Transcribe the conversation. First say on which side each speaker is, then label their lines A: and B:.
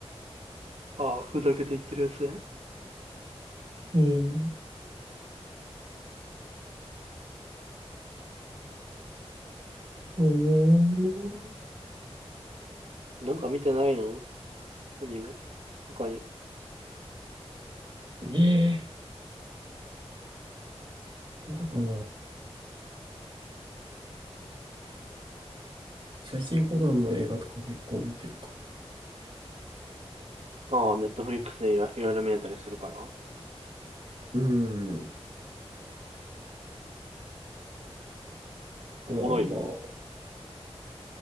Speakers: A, on the right (about 80°); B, on the right (about 55°).
A: ああ、ふざけて言ってるやつね。
B: うん。おー、
A: なんか見てないのアニメ。他に。
B: ええだから、最近コナンの映画とか結構見てるか。
A: ああ、ネットフリックスでいろいろ見れたりするから。
B: うん。
A: おもろい。
B: まあまあ。